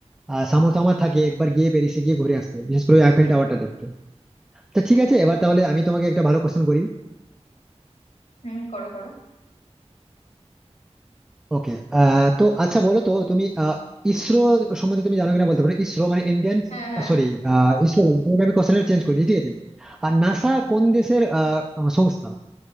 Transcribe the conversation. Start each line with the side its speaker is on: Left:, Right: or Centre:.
Centre: আহ, সামর্থ্য আমার থাকে একবার গিয়ে প্যারিসে গিয়ে ঘুরে আসতে বিশেষ করে আইফেল টাওয়ারটা দেখতে তো ঠিক আছে এবার তাহলে আমি তোমাকে একটা ভালো কোশ্চেন করি
Left: হুম করো করো
Centre: ওকে আহ তো আচ্ছা বলো তো তুমি আহ, ইসরো সম্বন্ধে তুমি জানো কিনা বলতে পারো ইসরো মানে ইন্ডিয়ান
Left: হ্যাঁ হ্যাঁ
Centre: সরি ইসরো বললাম, তোমাকে আমি কোশ্চেন চেঞ্জ করে দিই ঠিক আছে আর নাসা কোন দেশের আহ, সংস্থা